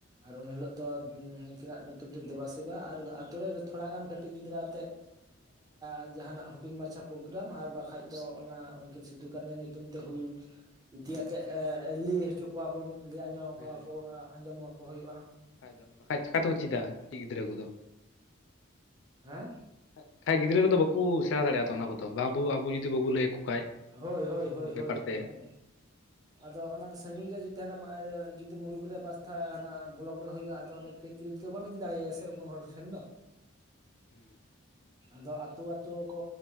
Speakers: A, on the right (about 20°); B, on the left (about 55°).
A: ᱟᱨ ᱩᱱ ᱦᱤᱞᱳᱜ ᱫᱚ ᱩᱱᱠᱤᱱᱟᱜ ᱧᱩᱛᱩᱢ ᱛᱮ ᱫᱮᱵᱟ ᱥᱮᱵᱟ ᱟᱨ ᱟᱹᱛᱳ ᱨᱮ ᱛᱷᱚᱲᱟ ᱜᱟᱱ ᱠᱟᱹᱴᱤᱡ ᱜᱤᱫᱽᱨᱟᱹ ᱟᱛᱮᱜ ᱮᱸᱻ ᱡᱟᱦᱟᱱᱟᱜ ᱦᱩᱰᱤᱧ ᱢᱟᱪᱷᱟ ᱯᱨᱳᱜᱨᱟᱢ ᱟᱨ ᱵᱟᱝᱠᱷᱟᱡ ᱫᱚ ᱚᱱᱟ ᱩᱱᱠᱤᱱ ᱥᱤᱫᱩ ᱠᱟᱹᱱᱩ ᱧᱩᱛᱩᱢ ᱛᱮ ᱦᱩᱞ ᱤᱫᱤ ᱟᱛᱮᱜ ᱮᱻ ᱞᱟᱹᱭ ᱦᱚᱪᱚ ᱠᱚᱣᱟᱵᱚᱱ ᱞᱟᱹᱭ ᱟᱸᱡᱚᱢ ᱟᱠᱚᱣᱟ
B: ᱦᱮᱸ
A: ᱟᱸᱡᱚᱢ ᱟᱠᱚ ᱦᱳᱭᱳᱜᱼᱟ᱾
B: ᱵᱟᱠᱷᱟᱡ ᱫᱚ ᱵᱟᱠᱷᱟᱡ ᱪᱮᱠᱟ ᱛᱮ ᱠᱚ ᱪᱮᱫᱟ ᱠᱟᱹᱴᱤᱡ ᱜᱤᱫᱽᱨᱟᱹ ᱠᱚ ᱫᱚ
A: ᱦᱮᱸ
B: ᱵᱟᱠᱷᱟᱡ ᱜᱤᱫᱽᱨᱟᱹ ᱫᱚ ᱵᱟᱠᱩ ᱥᱮᱬᱟ ᱫᱟᱲᱮᱭᱟᱜᱼᱟ ᱛᱚ ᱚᱱᱟ ᱠᱚᱫᱚ <unintelligible> ᱟᱵᱚ ᱡᱩᱫᱤ ᱵᱟᱵᱚᱱ ᱞᱟᱹᱭ ᱟᱠᱚ ᱠᱷᱟᱡ
A: ᱦᱳᱭ ᱦᱳᱭ
B: ᱚᱱᱟ
A: ᱦᱳᱭ
B: ᱠᱚ ᱵᱮᱯᱟᱨ
A: ᱦᱳᱭ
B: ᱛᱮ
A: ᱮᱠᱫᱚᱢ ᱟᱫᱚ ᱚᱱᱟ ᱫᱚ ᱥᱟᱹᱜᱤᱧ ᱨᱮ ᱡᱩᱫᱤ ᱦᱟᱱᱟ ᱡᱩᱫᱤ ᱢᱩᱲᱩᱠ ᱨᱮ ᱵᱟᱥᱛᱷᱟ ᱦᱮᱱᱟᱜ ᱵᱚᱞᱚᱠ ᱨᱮ ᱦᱩᱭᱩᱜᱼᱟ ᱟᱫᱚ <unintelligible> ᱠᱟᱹᱡᱠᱤᱡ <unintelligible> ᱨᱮᱫᱚ ᱵᱟᱢ ᱤᱫᱤ ᱫᱟᱲᱮᱭᱟ ᱥᱮ ᱩᱱᱟᱹᱜ ᱦᱚᱲ ᱴᱷᱮᱱ ᱫᱚ
B: ᱦᱩᱸ
A: ᱟᱫᱚ ᱟᱹᱛᱳ ᱟᱹᱛᱳ ᱠᱚ